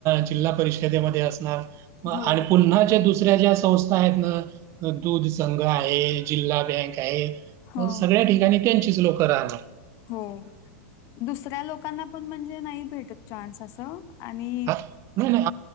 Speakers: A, on the right; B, on the left.
A: जिल्हा परिषदेमध्ये असणार. मग
B: हो,
A: आ पुन्हाच्या दुसऱ्या ज्या संस्था आहेत ना दूध संघ आहे जिल्हा बँक आहे.
B: हो,
A: सगळ्या ठिकाणी त्यांचीच लोकं राहतात.
B: हो दुसऱ्या लोकांना पण म्हणजे नाही भेटत चान्स असं आणि
A: आ- नाही नाही